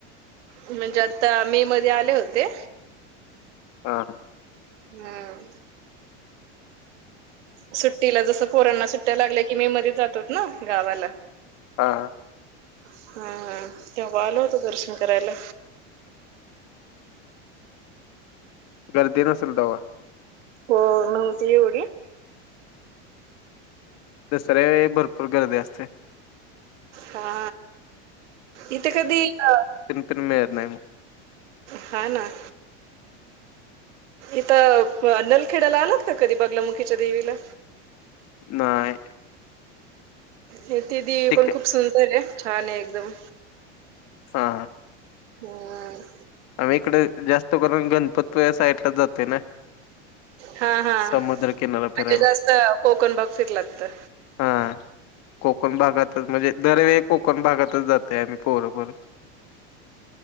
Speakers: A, on the right; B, on the left.
A: म्हणजे आत्ता मे मध्ये आले होते.
B: हा. हा.
A: हम्म. सुट्टीला जस पोरांना सुट्ट्या लागल्या की मे मध्ये जातोत ना गावाला
B: हा
A: हा, हा तेव्हा आल होतो दर्शन करायला
B: गर्दी नसल तवा
A: हो नव्हती एवढी
B: दसऱ्या वेळी भरपूर गर्दी असत्या
A: हा इथ कधी अ
B: तर मिळत नाही मग
A: हा ना इथं अ नलखेड्याला आलात का कधी बागलामुखीच्या देवीला
B: नाही
A: ह ती देवी
B: ठीक
A: पण
B: आहे
A: खूप सुंदर आहे छान आहे एकदम
B: हा
A: हम
B: आम्ही इकडे जास्त करून गणपतपुळे साईडला जातोय ना
A: हा, हा
B: समुद्र
A: म्हणजे
B: किनारा फिरायला
A: जास्त कोकण भाग फिरलात तर
B: हा कोकण भागातच म्हणजे दरवेळी कोकण भागातच जातय आम्ही पोर, पोरं